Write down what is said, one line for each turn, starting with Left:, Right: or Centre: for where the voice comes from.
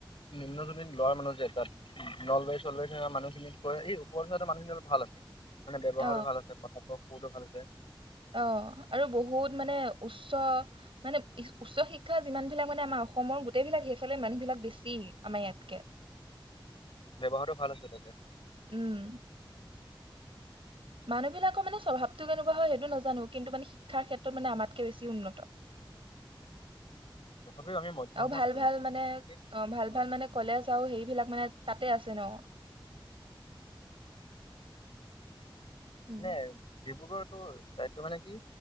Left: নিম্নজনী লৱাৰ মানুহ যে তাত নলবাৰী চলবাৰী থকা মানুহখিনি এই ওপৰৰ‌ চাইদৰ মানুহখিনি অলপ ভাল আছে মানে ব্যৱহাৰো
Right: অ
Left: ভাল আছে কথাটো বহুতো ভাল আছে
Right: অ আৰু বহুত মানে উচ্চ মানে উচ্চ শিক্ষা যিমান বিলাক মানে আমাৰ অসমৰ গোটেইবিলাক সেইফালে মানুহবিলাক বেছি আমাৰ ইয়াতকে
Left: ব্যৱহাৰো ভাল আছে তাতে
Right: উম মানুহবিলাকৰ মানে স্বভাৱটো কেনেকুৱা হয় সেইটো নাজানো কিন্তু মানে শিক্ষাৰ ক্ষেত্ৰত মানে আমাতকৈ বেছি উন্নত
Left: তথাপিও আমি মধ্য
Right: আৰু
Left: অসমত
Right: ভাল
Left: আছো
Right: ভাল
Left: মধ্য অসমত
Right: মানে
Left: কি
Right: অ ভাল
Left: ইমান
Right: ভাল মানে কলেজ আৰু সেইবিলাক মানে তাত তে আছে ন
Left: <inaudible>
Right: উম
Left: নে ডিব্ৰুগড়তো চায়দটো মানে কি